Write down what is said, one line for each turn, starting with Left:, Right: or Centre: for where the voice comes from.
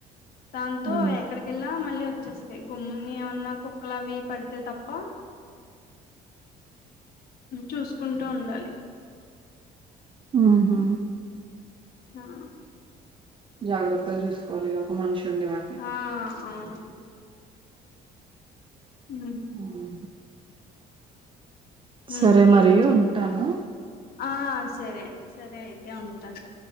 Left: దాంతో
Right: హ్మ్.
Left: ఎక్కడికెళ్నా మళ్ళీ వచ్చేస్తయ్ గుమ్ముని ఏమన్నా కుక్కలు అవి పడితే తప్ప చూసుకుంటూ ఉండాలి
Right: ఉహూ
Left: ఆ
Right: జాగ్రత్తలు చూసుకోవాలి ఒక మనిషి ఉండి వాటిని
Left: ఆ అవును ఉ
Right: హ్మ్. సరే
Left: ఇంకేంటి
Right: మరి ఉంటాను.
Left: ఆ సరే సరే అయితే ఉంటా